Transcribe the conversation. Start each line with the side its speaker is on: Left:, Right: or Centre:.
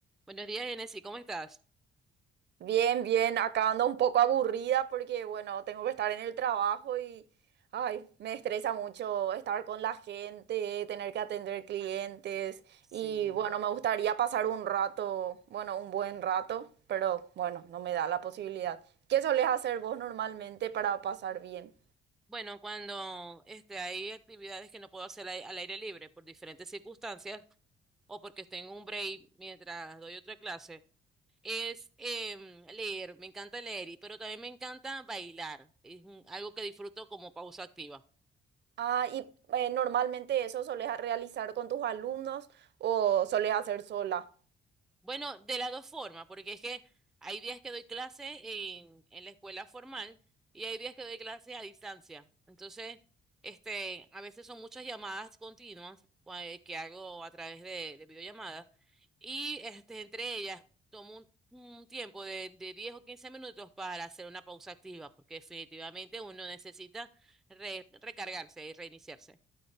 Centre: Buenos días, Genesis, ¿cómo estás?
Right: Bien, bien, acá ando un poco aburrida porque, bueno, tengo que estar en el trabajo y, ay, me estresa mucho estar con la gente, tener que atender clientes
Centre: Sí,
Right: y, bueno, me gustaría pasar un rato, bueno, un buen rato, pero, bueno, no me da la posibilidad. ¿Qué solés hacer vos normalmente para pasar bien?
Centre: Bueno, cuando este, hay actividades que no puedo hacer ai- al aire libre por diferentes circunstancias o porque estoy en un break mientras doy otra clase, es em, leer, me encanta leer, y- pero también me encanta bailar, es un- algo que disfruto como pausa activa.
Right: Ah, y eh, normalmente eso solés realizar con tus alumnos o solés hacer sola.
Centre: Bueno, de las dos formas, porque es que hay días que doy clases en, en la escuela formal y hay días que doy clases a distancia. Entonces, este, a veces son muchas llamadas continuas cua- eh, que hago a través de, de videollamadas y este, entre ellas tomo un, un tiempo de, de 10 o 15 minutos para hacer una pausa activa, porque definitivamente uno necesita re- recargarse y reiniciarse.